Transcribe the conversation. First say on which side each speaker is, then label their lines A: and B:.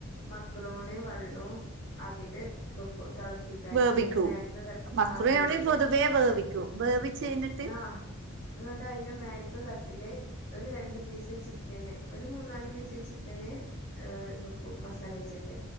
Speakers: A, on the left; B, on the right.
A: മക്രോണിയും വെള്ളവും ആക്കിട്ട് വെക്കും തിള പ്പിക്കാന്
B: വേവിക്കൂ
A: അതിന്റെ മേലത്തെ തട്ട്
B: മക്രുയോണി
A: ആ വേവിക്കുക
B: പൊതുവേ വേവിക്കും വേവിച്ച് കഴിഞ്ഞിട്ട്
A: ആഹ് എന്നിട്ട് അതിന്റെ മേൽ ത്തെ തട്ടില് ഒരു രണ്ട് പീസ് ചിക്കന് ഒരു മൂന്നാല് പീസ് ചിക്കന് ആഹ് വെക്കും മസാല തേച്ചിട്ട്